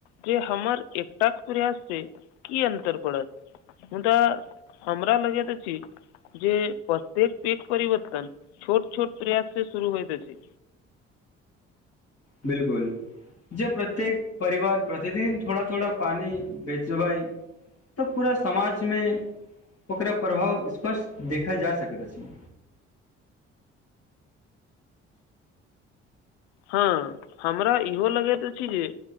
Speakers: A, on the left; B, on the left.
A: जे हमर एकटाक प्रयास छै की अन्तर पड़त मुदा हमरा लगेत अछि जे प्रत्येक दिन परवर्तन छोट छोट प्रयास से शुरू होइत अछि
B: बिल्कुल ज प्रत्येक परिवार प्रतिदिन थोड़ा थोड़ा पानि बेचबइ तऽ पूरा समाजमे ओकरा प्रभाव स्पष्ट देखल जा सकैत अछि
A: हँ हमरा इहो लगैत अछि जे